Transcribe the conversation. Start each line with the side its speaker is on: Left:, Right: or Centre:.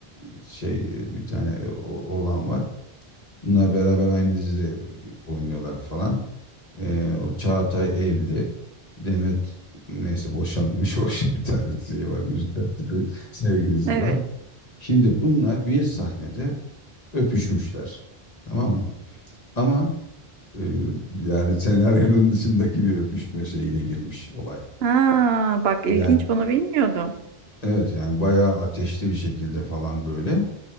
Left: e, şey e, bir tane e, o- oğlan var. Bunlar beraber aynı dizide oynuyorlar falan. E, o Çağatay evli. Demet neyse boşanmış. <laughs> Hoş bir tane şey var. Müzisyen bir sevgilisi
Right: Evet.
Left: var. Şimdi bunlar bir sahnede öpüşmüşler. Tamam mı? Ama e, yani senaryonun dışındaki bir öpüşme şeyine girmiş olay.
Right: Ha, bak ilginç
Left: Yani
Right: bunu bilmiyordum.
Left: Evet yani bayağı ateşli bir şekilde falan böyle.